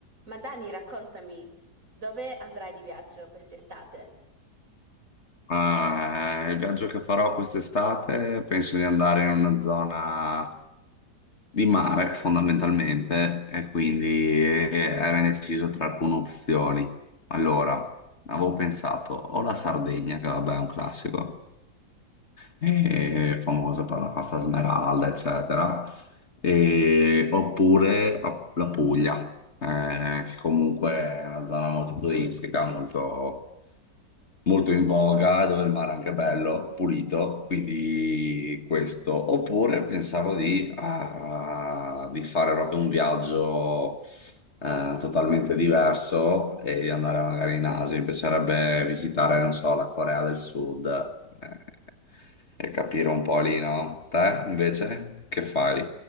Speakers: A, on the right (about 50°); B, on the left (about 45°).
A: Ma Dani, raccontami, dove andrai di viaggio quest'estate?
B: Ma, eh, il viaggio che farò quest'estate penso di andare in una zona di mare fondamentalmente e quindi eh, era indeciso tra alcune opzioni. Allora, avevo pensato o la Sardegna, che vabbè è un classico, è famosa per la Costa Smeralda, eccetera, e- oppure a- la Puglia, eh, che comunque è una zona molto turistica, molto molto in voga, dove il mare è anche bello, pulito, quindi questo. Oppure pensavo di, ah, di fare proprio un viaggio eh, totalmente diverso e di andare magari in Asia. Mi piacerebbe visitare, non so, la Corea del Sud eh, e capire un po' lì, no? Te invece che fai?